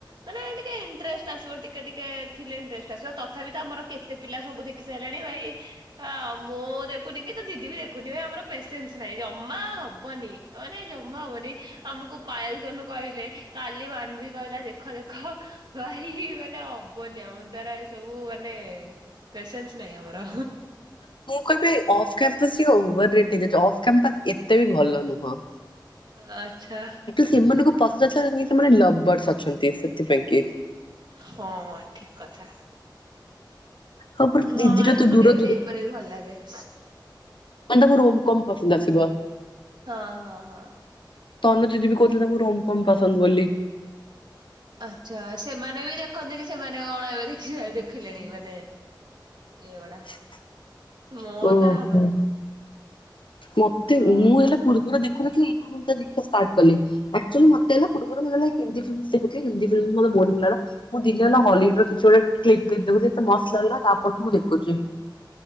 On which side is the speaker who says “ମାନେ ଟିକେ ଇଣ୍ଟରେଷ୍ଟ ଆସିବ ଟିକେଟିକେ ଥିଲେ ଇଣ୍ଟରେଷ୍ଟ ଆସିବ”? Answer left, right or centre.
Right